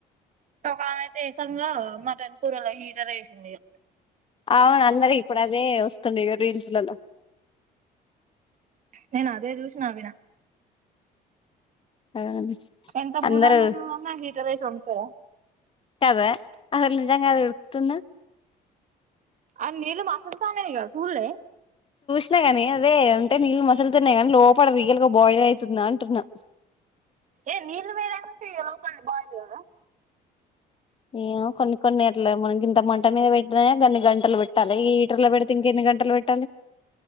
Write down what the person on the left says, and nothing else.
అవును అందరి ఇప్పుడు అదే వస్తుంది ఈగ రింగ్స్ లల్లా.
ఔను
అందరు
కదా అసలు. అర్థం కాదు ఉడుకుతున్న.
అంతే కాని అదే అంటే నీళ్ళు మసులుతున్నాయిగాని లోపడ రియల్గా బాయిల్ అవుతుందా అంటున్నా.
ఏవో కొన్ని కొన్ని అట్ల మనకి ఇంత మంట మీద పెట్టినా అన్ని గంటలు పెట్టాలె ఈ హీటర్ లో పెడితే ఇంకెన్ని గంటలు పెట్ట.